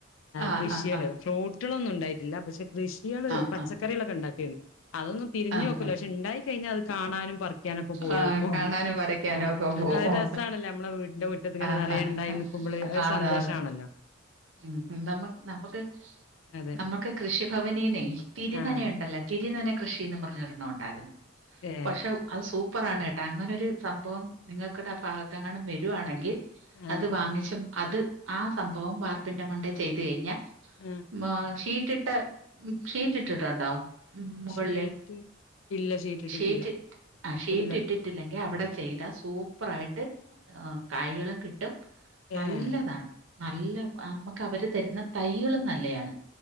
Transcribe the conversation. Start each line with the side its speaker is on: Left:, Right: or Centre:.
Right: ആ
Left: കൃഷികള്
Right: ഹാ ഹാ
Left: ഫ്രൂട്ടൊന്നും ഉണ്ടായിട്ടില്ല പക്ഷെ കൃഷികള്
Right: ആ
Left: പച്ചക്കറികളൊക്കെ
Right: ഹാ
Left: ഉണ്ടാക്കിരുന്നു അതൊന്നും തിരിഞ്ഞു
Right: ആ
Left: നോക്കൂല്ല
Right: ഹാ
Left: പക്ഷെ ഉണ്ടായി കഴിഞ്ഞാൽ അത് കാണാനും നൊക്കെ പോയോക്കും
Right: ആ കാണാനും വരയ്ക്കാനും
Left: ആഹ്
Right: ഒക്കെ പോകും
Left: സണല്ല നമ്മളെ വീടിന്റെ മുറ്റത്തി ഇങ്ങനെ
Right: ആ ഹാ
Left: നിറയ
Right: ഹാ.
Left: ഉണ്ടായി നക്കുമ്പോൾ അതൊരു
Right: അതെ
Left: സന്തോഷമാണല്ലോ
Right: അതെ ഉം നമ്മ നമ്മുക്ക്
Left: അതെ
Right: നമുക്ക് കൃഷിഭവനീനെ തിരനനെ
Left: ആഹ്
Right: ഉണ്ടല്ലോ തിരിനന കൃഷിന്ന് പറഞ്ഞൊരെണ്ണം ഉണ്ടായിരുന്നു
Left: ഏഹ്
Right: പക്ഷെ അത് സൂപ്പറാണ് കേട്ടാ അങ്ങനെരു സംഭവം നിങ്ങൾക്കിടെ ആഹ് ഭാഗത്ത് അങ്ങനും വരുവാണെങ്കിൽ <unintelligible>
Left: ആഹ്
Right: അത് വാങ്ങിച്ചും അത് ആഹ് സംഭവം വാർപ്പിന്റെ മണ്ടയിൽ ചെയ്തു കഴിഞ്ഞ
Left: ആഹ്
Right: മ ഷീറ്റിട്ട ഷീറ്റ് ഇട്ടിട്ടുണ്ടോ ഉം മുകളിലേ
Left: ഷീറ്റ് ഇല്ല ഷീറ്റിട്ടിട്ടില്ല
Right: ഷീറ്റ് ആഹ് ഷീറ്റ്
Left: ഇല്ല
Right: ഇട്ടി കില്ലെങ്കിൽ അവിടെ ചെയ്താ സൂപ്പറ ആായിട്ട് കായകളും കിട്ടും നല്ലതാണ്
Left: ഏഹ്
Right: നല്ല നമുക്ക് അവര് തരുന്ന തൈകളും നല്ലതാണ്